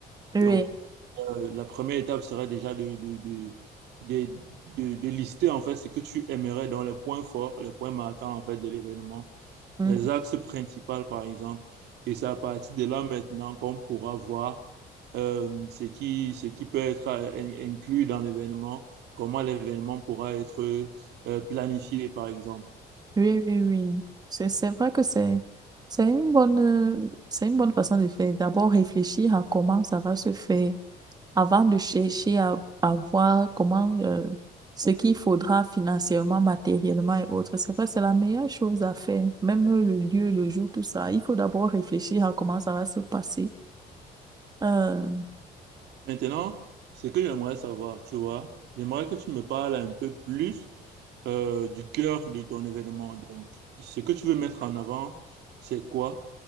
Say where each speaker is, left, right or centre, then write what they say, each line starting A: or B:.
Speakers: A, on the right; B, on the right.
A: Oui.
B: Donc, euh, la première étape serait déjà de, de, de, de, de- de lister, en fait, ce que tu aimerais dans les points forts, les points marquants, en fait, de l'événement
A: Mhm.
B: les axes principaux, par exemple. Et c'est à partir de là maintenant qu'on pourra voir euh, ce qui, ce qui peut être inclus dans l'événement, comment l'événement pourra être euh, planifié, par exemple.
A: Oui, oui, oui. C'est, c'est vrai que c'est, c'est une bonne, euh, c'est une bonne façon de faire. D'abord réfléchir à comment ça va se faire avant de chercher à, à voir comment, euh, ce qu'il faudra financièrement, matériellement et autres. C'est vrai, c'est la meilleure chose à faire. Même le lieu, le jour, tout ça. Il faut d'abord réfléchir à comment ça va se passer. Euh,
B: Maintenant, ce que j'aimerais savoir, tu vois, j'aimerais que tu me parles un peu plus euh, du cœur de ton événement. Donc, ce que tu veux mettre en avant, c'est quoi?